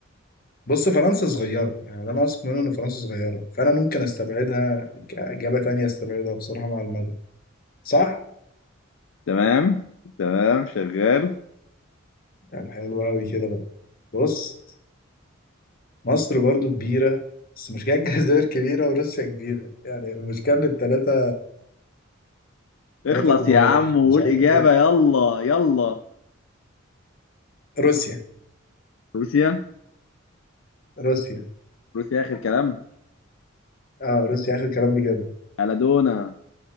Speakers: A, on the left; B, on the left.
A: بص فرنسا صغيره يعني اللي انا واثق منه ان فرنسا صغيره فانا ممكن استبعدها كاجابه تانية استبعدها بصراحه مع المغرب صح
B: تمام تمام شغال
A: طب حلو قوي كده بقى بص مصر برضو كبيره بس مشكلة الجزائر كبيرة وروسيا كبيرة يعني المشكلة ان التلاتة
B: اخلص
A: تلاتة كبار
B: يا عم وقول
A: مش عارف
B: إجابة
A: بقى.
B: يلا يلا
A: روسيا
B: روسيا
A: روسيا
B: روسيا آخر كلام
A: اه روسيا اخر كلام بجد
B: ألادونا